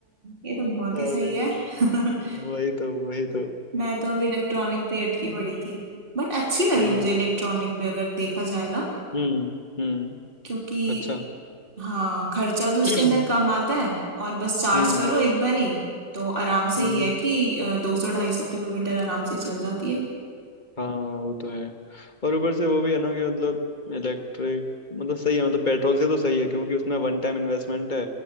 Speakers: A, on the right; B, on the left.
A: ये तो बहुत
B: अरे
A: ही सही है <laughs>
B: वही तो वही तो
A: मैं तो अभी इलेक्ट्रॉनिक पे ही अटकी पड़ी थी बट अच्छी लगी
B: हम्म
A: मुझे इलेक्ट्रॉनिक भी अगर देखा जाए ना
B: हम्म हम्म
A: क्योंकि
B: अच्छा
A: हाँ खर्चा भी उसके
B: <clears throat>
A: अंदर कम आता है और बस चार्ज
B: हम्म
A: करो एक बार ही तो आराम से
B: हम्म
A: ही है कि दो सौ ढाई सौ किलोमीटर आराम से चल जाती है
B: हाँ वो तो है और ऊपर से वो भी है ना कि मतलब इलेक्ट्रिक मतलब सही है मतलब पेट्रोल से तो सही है क्योंकि उसमें वन टाइम इन्वेस्टमेंट है